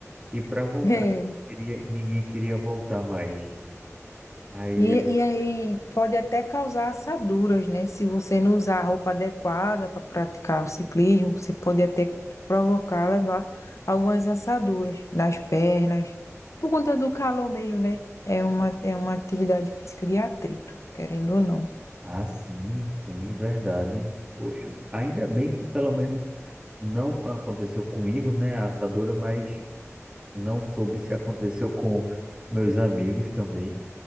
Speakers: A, on the right (about 15°); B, on the left (about 70°).
A: e para voltar,
B: <laughs>
A: queria, ninguém queria voltar mais. Aí
B: E, e aí pode até causar assaduras, né? Se você não usar a roupa adequada para praticar o ciclismo, você pode até provocar, levar algumas assaduras nas pernas, por conta do calor mesmo, né? É uma, é uma atividade física de atrito, querendo ou não.
A: Ah, sim, sim, verdade. Poxa, ainda bem que pelo menos não aconteceu comigo, né, a assadura, mas não soube se aconteceu com meus amigos também.